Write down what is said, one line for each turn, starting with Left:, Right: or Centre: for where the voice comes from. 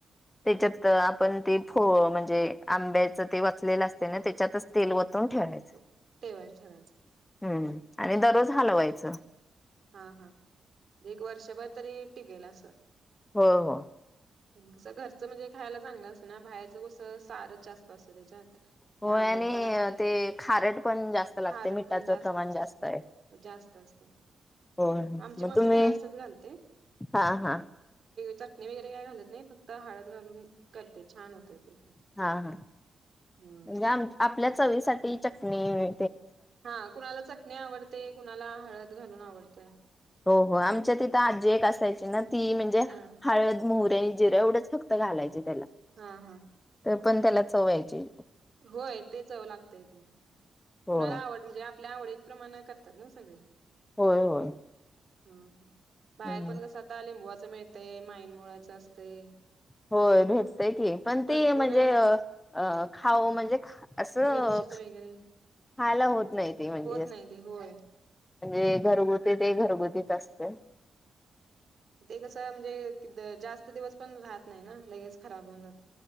Left: त्याच्यात आपण ते फ म्हणजे आंब्याच ते वचलेलं असते ना त्याच्यातच ते तेल वतून ठेवायचं.
Right: <unintelligible>
Left: हम्म्म आणि दररोज हलवायचं.
Right: हा हा एक वर्षभर तरी टिगेल असं
Left: होय होय.
Right: कसं घरचं म्हणजे खायला चांगलं असतं ना, बाहेरचं कसं सारच जास्त असतं त्याच्यात. आणि
Left: होय
Right: आंबट
Left: आणि
Right: पण असते
Left: ते खारट पण जास्त लागते
Right: खारट
Left: मिठाच
Right: पण
Left: प्रमाण
Right: असते
Left: जास्त आहे.
Right: जास्त असते
Left: हो,
Right: आमची
Left: मग
Right: मम्मी
Left: तुम्ही?
Right: पण असंच घालते
Left: हा हा.
Right: चटणी वगैरे काय घालत नाही फक्त हाळद घालून करते छान होतय ते पण
Left: हा हा
Right: हम्म
Left: म्हणजे आम आपल्यात चवी साठी चटणी वे
Right: हा कुणाला चटणी आवडते कुणाला हळद घालून आवडतय
Left: हो हो आमच्या तिथं आजी एक असायची ना ती म्हणजे
Right: हा
Left: हळद मोहरे आणि जिर एवढंच फक्त घालायचे त्याला
Right: हा हा
Left: तर पण त्याला चव्हायचे
Right: होय ते चवं लागतय ते
Left: होय
Right: कुणाला आवड जे आपल्या आवडीत प्रमाण करतात ना सगळे
Left: होय होय
Right: ह हा बाहेर
Left: हम्म
Right: पण कसं आता लिंबवाच मिळतय माईन मुळ्याचं असतय
Left: होय भेटतेय की, पण
Right: भरपूर
Left: ती म्हणजे अ अ खाऊ म्हणजे असं
Right: मिरचीच वगैरे
Left: खायला होत नाही ते म्हणजे
Right: होत
Left: म्हणजे
Right: नाही ते होय
Left: घरगुती ते घरगुतीच असते.
Right: ते कसं म्हणजे जास्त दिवस पण राहत नाही ना लगेच खराब होऊन जात.